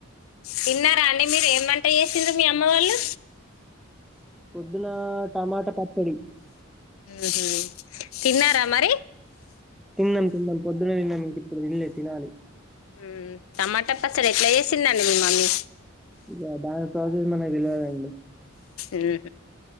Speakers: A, on the left; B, in the centre.
A: తిన్నారా అండి మీరు ఏం అ వేసింద మీ అమ్మ వాళ్ళు
B: పొద్దున టమాట పచ్చడి
A: ఉహు తిన్నారా మరి
B: తిన్నాం తిన్నాం పొద్దున తిన్నాం ఇప్పుడు తిన్లే తినాలి
A: మ్ టమాటా పచ్చడి ఎట్లా చేేసిందండి మీ మమ్మీ
B: ఇగ దాని ప్రాసెస్ మనకి తెలవదండి
A: మ్ హూ